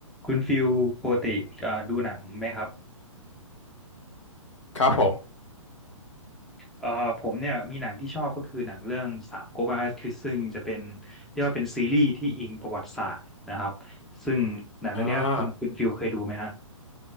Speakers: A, in the centre; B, on the left.
A: คุณฟิลปกติเอ่อดูหนังไหมครับ
B: ครับผม
A: เอ่อผมเนี่ยมีหนังที่ชอบก็คือหนังเรื่องสามก๊กนะครับคือซึ่งจะเป็นเรียกว่าเป็นซีรีส์ที่อิงประวัติศาสตร์นะครับซึ่งหนังเรื่องเนี้ยคุณคุณฟิลเคยดูไหมฮะ
B: อ่า